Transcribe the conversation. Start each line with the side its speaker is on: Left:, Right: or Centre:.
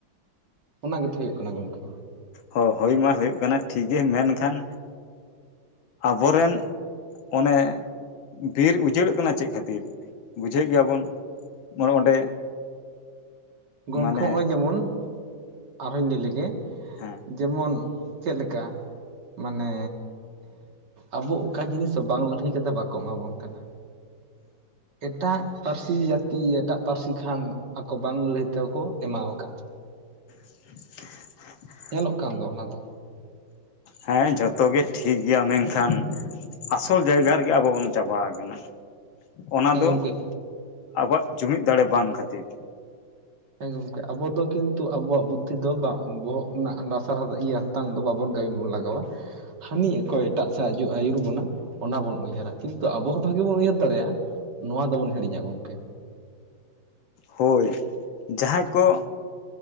Right: ᱚᱱᱟ ᱜᱮᱛᱚ ᱦᱩᱭᱩᱜ ᱠᱟᱱᱟ ᱜᱚᱝᱠᱮ
Left: ᱦᱚ ᱦᱳᱭ ᱢᱟ ᱦᱩᱭᱩᱜ ᱠᱟᱱᱟ ᱴᱷᱤᱠ ᱜᱮ ᱢᱮᱱ ᱠᱷᱟᱱ ᱟᱵᱚᱨᱮᱱ ᱚᱱᱮ ᱵᱤᱨ ᱩᱡᱟᱹᱲᱚᱜ ᱠᱟᱱᱟ ᱪᱮᱫ ᱠᱷᱟᱹᱛᱤᱨ ᱵᱩᱡᱷᱟᱹᱜ ᱜᱮᱭᱟ ᱵᱚᱱ ᱚᱱᱮ ᱚᱸᱰᱮ
Right: ᱜᱚᱢᱠᱮ
Left: ᱢᱟᱱᱮ
Right: ᱦᱚᱸᱜᱼᱚᱭ ᱡᱮᱢᱚᱱ ᱟᱨᱦᱚᱧ ᱞᱟᱹᱭ ᱞᱮᱜᱮ
Left: ᱦᱮᱸ
Right: ᱡᱮᱢᱚᱱ ᱪᱮᱫ ᱞᱮᱠᱟ ᱢᱟᱱᱮ ᱟᱵᱚ ᱚᱠᱟ ᱡᱤᱱᱤᱥ ᱵᱟᱝ ᱞᱟᱹᱲᱦᱟᱹᱭ ᱠᱟᱛᱮ ᱵᱟᱠᱚ ᱮᱢᱟ ᱵᱚᱱ ᱠᱟᱱᱟ ᱮᱴᱟᱜ ᱯᱟᱹᱨᱥᱤ ᱡᱟᱹᱛᱤ ᱮᱴᱟᱜ ᱯᱟᱹᱨᱥᱤ ᱠᱷᱟᱱ ᱟᱠᱚ ᱵᱟᱝ ᱞᱟᱹᱲᱦᱟᱹᱭ ᱛᱮᱦᱚᱸ ᱠᱚ ᱮᱢᱟᱣ ᱠᱟᱱᱟ
Left: <inaudible>
Right: ᱧᱮᱞᱚᱜ ᱠᱟᱱ ᱫᱚ ᱚᱱᱟ ᱫᱚ
Left: ᱦᱮᱸ ᱡᱚᱛᱚ ᱜᱮ ᱴᱷᱤᱠ ᱜᱮᱭᱟ ᱢᱮᱱ ᱠᱷᱟᱱ ᱟᱥᱚᱞ ᱡᱟᱭᱜᱟ ᱨᱮᱜᱮ ᱟᱵᱚ ᱵᱚᱱ ᱪᱟᱵᱟ ᱠᱟᱱᱟ ᱚᱱᱟ
Right: ᱦᱮᱸ
Left: ᱫᱚ
Right: ᱜᱚᱢᱠᱮ
Left: ᱟᱵᱚᱣᱟᱜ ᱡᱩᱢᱤᱫ ᱫᱟᱲᱮ ᱵᱟᱝ ᱠᱷᱟᱹᱛᱤᱨ
Right: ᱦᱮᱸ ᱜᱚᱢᱠᱮ ᱟᱵᱚ ᱫᱚ ᱠᱤᱱᱛᱩ ᱟᱵᱚᱣᱟᱜ ᱵᱩᱫᱽᱫᱷᱤ ᱫᱚ ᱵᱟᱝ ᱵᱚᱦᱚᱜ ᱨᱮᱱᱟᱜ ᱞᱟᱛᱟᱨ ᱤᱭᱟᱹ ᱛᱟᱝ ᱫᱚ ᱵᱟᱵᱚᱱ ᱠᱟᱹᱢᱤ ᱵᱚᱱ ᱞᱟᱜᱟᱣᱟ ᱦᱟᱹᱱᱤ ᱚᱠᱚᱭ ᱮᱴᱟᱜ ᱥᱮᱫ ᱟᱡᱚ ᱟᱹᱭᱩᱨ ᱵᱚᱱᱟ ᱚᱱᱟ ᱵᱚᱱ ᱩᱭᱦᱟᱹᱨᱟ ᱠᱤᱱᱛᱩ ᱟᱵᱚ ᱦᱚᱸ ᱵᱷᱟᱜᱤ ᱵᱚᱱ ᱩᱭᱦᱟᱹᱨ ᱫᱟᱲᱮᱭᱟᱜᱼᱟ ᱱᱚᱣᱟ ᱫᱚ ᱵᱚᱱ ᱦᱤᱲᱤᱧᱟ ᱜᱚᱢᱠᱮ
Left: ᱦᱚᱭ ᱡᱟᱦᱟᱸᱭ ᱠᱚ